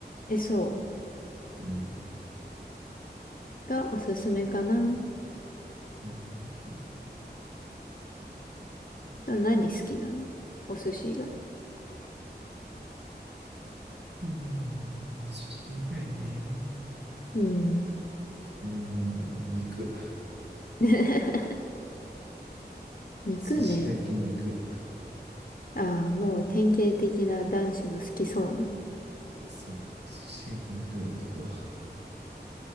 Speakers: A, on the left; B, on the right.
A: え、そ
B: うん。
A: う。がおすすめかな。
B: うん
A: と何好きなのお寿司以外。
B: うんうん、寿司以外ね。
A: うん。
B: うんえーん肉。
A: <laughs> 肉ね。
B: 寿司焼肉。
A: ああ、もう典型的な男子の好きそうな。
B: そう。寿司焼肉よ、男は。